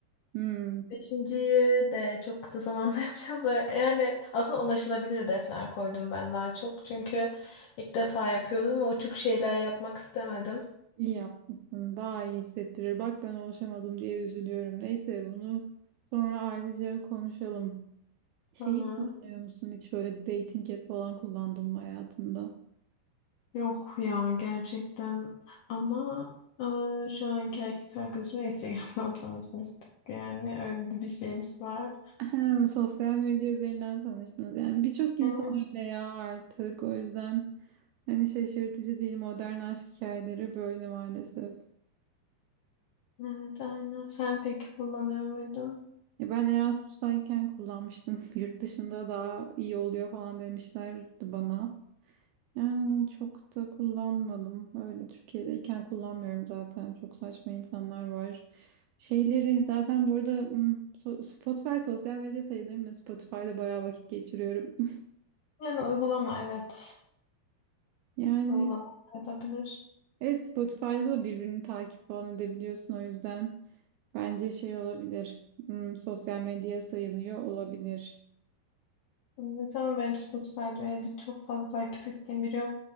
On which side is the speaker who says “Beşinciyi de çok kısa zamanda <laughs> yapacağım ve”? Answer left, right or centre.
Left